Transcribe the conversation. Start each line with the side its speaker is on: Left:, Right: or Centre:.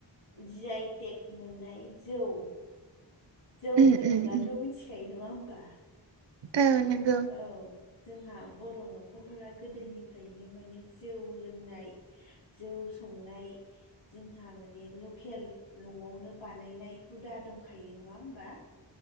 Left: जिआइटेक मोननाय जौ जौ
Right: उम
Left: होनोब्लाथ'
Right: उम उम
Left: मिथिखायो नङा होमबा
Right: औ नोंगौ
Left: औ जोंहा बर' न'खरफोरा गोदोनिफ्रायनो माने जौ लोंनाय जौ संनाय जोंहा माने लकेल न'आवनो बानायनाय हुदा दंखायो नङा होमबा